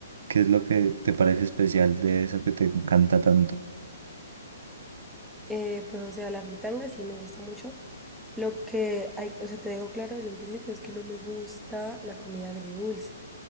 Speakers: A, on the right (about 65°); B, in the centre.
A: qué es lo que te parece especial de eso que te encanta tanto.
B: Eh, pues, o sea, la fritanga sí me gusta mucho. Lo que hay, o sea, te dejo claro desde un principio es que no me gusta la comida agridulce.